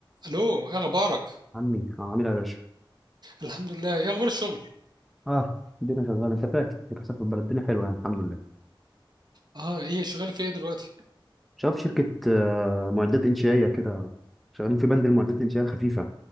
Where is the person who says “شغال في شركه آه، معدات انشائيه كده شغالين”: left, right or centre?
Centre